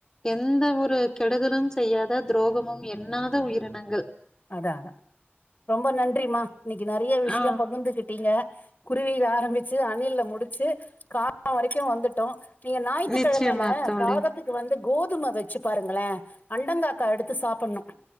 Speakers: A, on the left (about 15°); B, on the left (about 45°).
A: எந்த ஒரு கெடுதலும் செய்யாத துரோகமும் எண்ணாத உயிரினங்கள்
B: அதா அதா ரொம்ப நன்றிமா இன்னைக்கு நெறைய விஷ்ய
A: ஆ
B: பகிர்ந்துகிட்டீங்க குருவில ஆரம்பிச்சு அணில்ல முடிச்சு காக வரைக்கு வந்துட்டோ நீங்க ஞாயித்துக்கெழமைல
A: நிச்சயமா தோழி.
B: காகத் த்துக்கு வந்து கோதும வெச்சு பாருங்களே அண்டங்காக்கா எடுத்து சாப்பிட்ணு